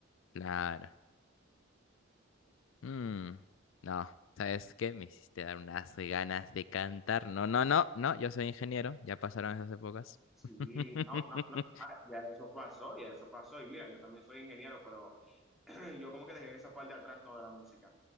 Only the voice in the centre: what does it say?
Sí,
no, no, no, ah, ya eso pasó, ya eso pasó. Y mira, yo también soy ingeniero, pero <clears throat> yo como que dejé esa parte de atrás, no de la música.